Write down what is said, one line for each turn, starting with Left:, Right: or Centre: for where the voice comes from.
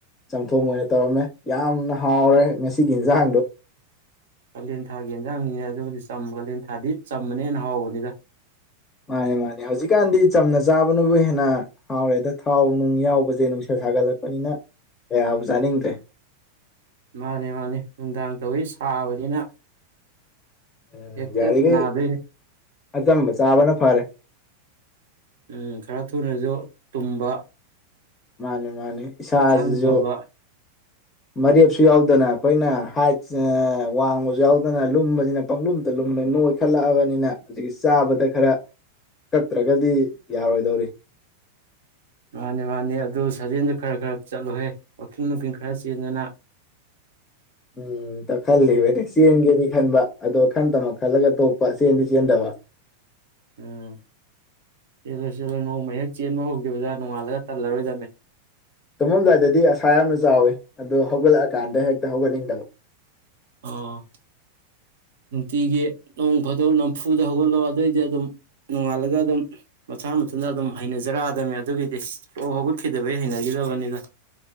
Left: ꯆꯝꯊꯣꯡ ꯑꯣꯏꯅ ꯇꯧꯔꯝꯃꯦ ꯌꯥꯝꯅ ꯍꯥꯎꯔꯦ ꯉꯁꯤꯒꯤ ꯍꯦꯟꯖꯥꯡꯗꯣ꯫
Right: ꯀꯥꯂꯦꯟ ꯊꯥꯒꯤ ꯌꯦꯟꯖꯥꯡꯅꯤꯅꯦ ꯑꯗꯨꯕꯨꯗꯤ ꯆꯝꯕ ꯀꯥꯂꯦꯟ ꯊꯥꯗꯤ ꯆꯝꯕꯅ ꯍꯦꯟꯅ ꯍꯥꯎꯕꯅꯤꯗ꯫
Left: ꯃꯥꯅꯦ ꯃꯥꯅꯦ ꯍꯧꯖꯤꯛꯀꯥꯟꯗꯤ ꯆꯝꯅ ꯆꯥꯕꯅꯕꯨ ꯍꯦꯟꯅ ꯍꯥꯎꯔꯦꯗ ꯊꯥꯎ ꯅꯨꯡ ꯌꯥꯎꯕꯁꯦ ꯅꯨꯡꯁꯥ ꯁꯥꯒꯠꯂꯛꯄꯅꯤꯅ ꯀꯌꯥꯕꯨ ꯆꯥꯅꯤꯡꯗ꯭ꯔꯦ꯫
Right: ꯃꯥꯅꯦ ꯃꯥꯅꯦ ꯅꯨꯡꯗꯥꯡ ꯇꯧꯋꯤ ꯁꯥꯕꯅꯤꯅ
Left: ꯎꯝ
Right: <unintelligible>
Left: ꯌꯥꯔꯤꯈꯩ
Right: ꯅꯥꯗꯨꯏꯅꯤ꯫
Left: ꯑꯆꯝꯕ ꯆꯥꯕꯅ ꯐꯔꯦ꯫
Right: ꯎꯝ ꯈꯔ ꯊꯨꯅꯁꯨ ꯇꯨꯝꯕ
Left: ꯃꯥꯅꯦ ꯃꯥꯅꯦ꯫ ꯏꯁꯥꯖꯤꯁꯨ
Right: ꯍꯛꯆꯥꯡꯁꯨ ꯐꯕ
Left: ꯃꯔꯦꯞꯁꯨ ꯌꯥꯎꯗꯅ ꯑꯈꯣꯏꯅ ꯍꯥꯏꯠ ꯑꯥ ꯋꯥꯡꯕꯁꯨ ꯌꯥꯎꯗꯅ ꯂꯨꯝꯕꯁꯤꯅ ꯄꯪꯂꯨꯝꯇ ꯂꯨꯝꯃꯦ ꯅꯣꯏꯈꯠꯂꯛꯑꯕꯅꯤꯅ ꯍꯧꯖꯤꯛꯀꯤ ꯆꯥꯕꯗ ꯈꯔ ꯀꯛꯇ꯭ꯔꯒꯗꯤ ꯌꯥꯔꯣꯏꯗꯧꯔꯤ꯫
Right: ꯃꯥꯅꯦ ꯃꯥꯅꯦ ꯑꯗꯨ ꯁꯥꯖꯦꯜꯗꯨ ꯈꯔ ꯈꯔ ꯆꯠꯂꯨꯍꯦ ꯋꯥꯀꯤꯡ ꯅꯨꯡꯀꯤꯡ ꯈꯔ ꯆꯦꯟꯗꯅ
Left: ꯎꯝ ꯇꯥ ꯈꯜꯂꯤꯕꯅꯤ ꯆꯦꯟꯒꯦꯗꯤ ꯈꯟꯕ ꯑꯗꯣ ꯈꯟꯗꯃꯛ ꯈꯜꯂꯒ ꯇꯣꯛꯄ ꯆꯦꯟꯗꯤ ꯆꯦꯟꯗꯕ꯫
Right: ꯎꯝ ꯆꯦꯜꯂꯣ ꯆꯦꯜꯂꯣ ꯅꯣꯡꯃ ꯍꯦꯛ ꯆꯦꯟꯕ ꯍꯧꯈꯤꯕꯗ ꯅꯣꯡꯉꯥꯟꯂꯒ ꯇꯜꯂꯔꯣꯏꯗꯝꯅꯦ꯫
Left: ꯇꯨꯝꯃꯝꯗꯥꯏꯗꯗꯤ ꯑꯁꯥ ꯌꯥꯝꯅ ꯆꯥꯎꯋꯤ ꯑꯗꯣ ꯍꯧꯒꯠꯂꯛꯑꯀꯥꯟꯗ ꯍꯦꯛꯇ ꯍꯧꯒꯠꯅꯤꯡꯗꯕ꯫
Right: ꯑꯣ ꯅꯨꯡꯇꯤꯒꯤ ꯅꯣꯡ ꯐꯥꯗꯣꯛ ꯅꯝꯐꯨꯗ ꯍꯧꯒꯠꯂꯣ ꯑꯗꯣꯏꯗꯤ ꯑꯗꯨꯝ ꯅꯣꯡꯉꯥꯜꯂꯒ ꯑꯗꯨꯝ ꯃꯁꯥ ꯃꯊꯟꯇ ꯑꯗꯨꯝ ꯍꯩꯅꯖꯔꯛꯑꯗꯕꯅꯤ ꯑꯗꯨꯒꯤꯗꯤ ꯁꯨꯛꯍꯧ ꯍꯧꯒꯠꯈꯤꯗꯕꯩ ꯍꯩꯅꯒꯤꯗꯕꯅꯤꯗ꯫